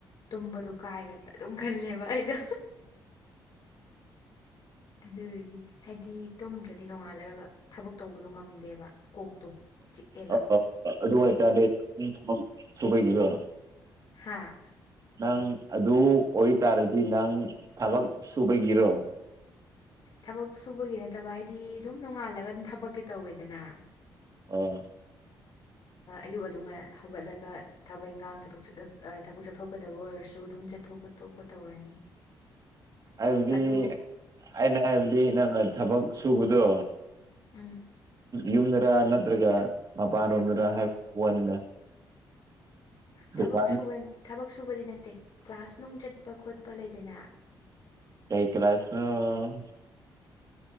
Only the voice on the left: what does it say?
ꯇꯨꯝꯕꯗꯣ ꯀꯥꯏꯒꯗ꯭ꯔꯥ ꯑꯗꯨꯝ ꯈꯜꯂꯦꯕ ꯑꯩꯗꯣ ꯑꯗꯨꯗꯒꯤ ꯍꯥꯏꯗꯤ ꯇꯨꯝꯗ꯭ꯔꯗꯤ ꯅꯣꯡꯉꯥꯜꯂꯒ ꯊꯕꯛ ꯇꯧꯕꯗꯣ ꯉꯝꯗꯦꯕ ꯀꯣꯛꯇꯣ ꯆꯤꯛꯑꯦꯕ
ꯍꯥꯥ
ꯊꯕꯛ ꯁꯨꯕꯒꯤ ꯅꯠꯇꯕ ꯍꯥꯏꯗꯤ ꯑꯗꯨꯝ ꯅꯣꯡꯉꯥꯜꯂꯒ ꯑꯗꯨꯝ ꯊꯕꯛꯇꯤ ꯇꯧꯋꯦꯗꯅ
ꯑꯌꯨꯛ ꯑꯗꯨꯝ ꯍꯧꯒꯠꯂꯒ ꯊꯕꯛ ꯏꯪꯈꯥꯡ ꯆꯠꯊꯣꯛ ꯊꯕꯛ ꯆꯠꯊꯣꯛꯀꯗꯕ ꯑꯣꯏꯔꯁꯨ ꯑꯗꯨꯝ ꯆꯠꯊꯣꯛ ꯑꯇꯣꯞꯄ ꯇꯧꯔꯅꯤ
ꯑꯗꯨ
ꯎꯝ
ꯁ
ꯊꯕꯛ ꯁꯨꯕꯗꯤ ꯅꯠꯇꯦ ꯀ꯭ꯂꯥꯁ ꯅꯨꯡ ꯆꯠꯄ ꯈꯣꯠꯄ ꯂꯩꯗꯅ